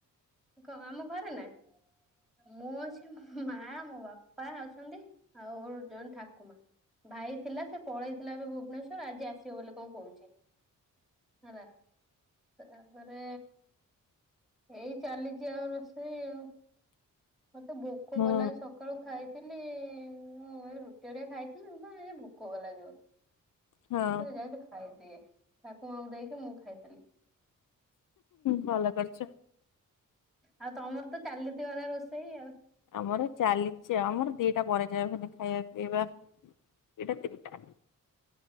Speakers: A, in the centre; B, on the left.
A: କ ଆମ ଘରେ ନା। ମୁଁ ଅଛି ମୋ ମା ମୋ ବାପା ଅଛନ୍ତି ଆଉ ଜଣେ ଠାକୁ ମା। ଭାଇ ଥିଲା ସେ ପଳେଇଥିଲା ଏବେ ଭୁବନେଶ୍ଵର ଆଜି ଆସିବ ବୋଲି କଣ କହୁଛି। ହେଲା ତାପରେ ଏଇ ଚାଲିଛି ଆଉ ରୋଷେଇ ଆଉ ମତେ ଭୋକ
B: ହୁଁ
A: କଲା ବି ସକା ସକାଳୁ ଖାଇଥିଲି ମୁଁ ଏଇ ରୁଟି ହେରିକା ଖାଇଥିଲି ତ ଭୋକ କଲା ଯୋର।
B: ହଁ
A: ମୁଁ ଯାଇକି ଖାଇଦିଏ ଠାକୁ ମା କୁ ଦେଇକି ମୁଁ ଖାଇଦେଲି।
B: ଭଲ କରିଛ।
A: ଆଉ ତମର ତ ଚାଲିଥିବ ଏନା ରୋଷେଇ ଆଉ।
B: ଆମର ଚାଲିଛି ଆମର ଦିଟା ପରେ ଯା ଖାଇବା ପିଇବା ଦିଟା ତିନିଟା।